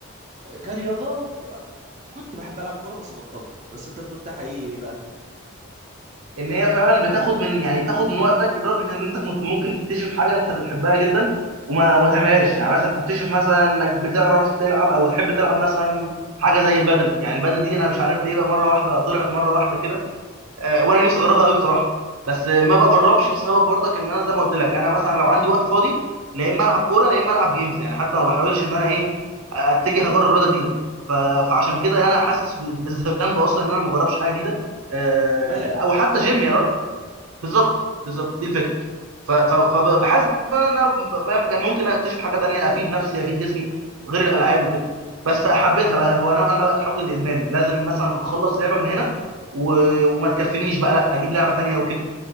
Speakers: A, on the right (about 35°); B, on the right (about 90°).
A: كرياضه ب- كنت بحب العب كوره بس بطلت بس انت بتقول ده حقيقي ايه بقى
B: ان هي فعلا بتاخد من يعني بتاخد من وقتك لدرجه ان انت كنت ممكن تكتشف حاجه انت بتحبها جدا وما وما تعملهاش يعني مثلا تكتشف مثلا انك بتعرف تلعب او بتحب تلعب مثلا حاجه زي البادل يعني البادل دي انا مش عارف ليه بقى مره واحده طلعت مره واحده كده آه، وانا نفسي اجربها قوي بصراحه بس ما بجربش بسبب برضك ان انا زي ما قلت لك انا مثلا لو عندي وقت فاضي لا اما العب كوره لا اما العب جيمز يعني حتى ما بحاولش ان انا ايه آه، اتجه اجرب رياضه جديده ف- فعشان كده انا حاسس بالذنب اصلا ان انا ما بجربش حاجه جديده آه،
A: ملل
B: او حتى جيم يا راجل بالظبط بالظبط دي الفكره ف- ف- فبحس ان انا فاهم كان ممكن اكتشف حاجه تانية افيد نفسي افيد جسمي غير الالعاب وكده بس حبيتها بقى هو نوعا ما بقى تحول لادمان لازم مثلا اخلص لعبه من هنا و... وما تكفينيش بقى لا اجيب لعبه تانية وكده